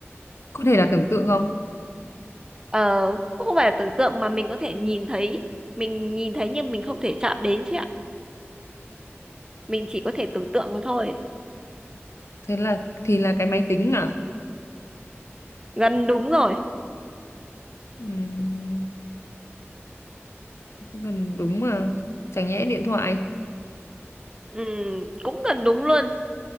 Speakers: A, on the left; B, on the right.
A: có thể là tưởng tượng không?
B: Ờ, cũng không phải là tưởng tượng mà mình có thể nhìn thấy mình nhìn thấy nhưng mình không thể chạm đến chị ạ mình chỉ có thể tưởng tượng mà thôi
A: Thế là thì là cái máy tính à?
B: gần đúng rồi
A: Ừm, thế còn đúng mà. Chẳng nhẽ điện thoại,
B: ừ, cũng gần đúng luôn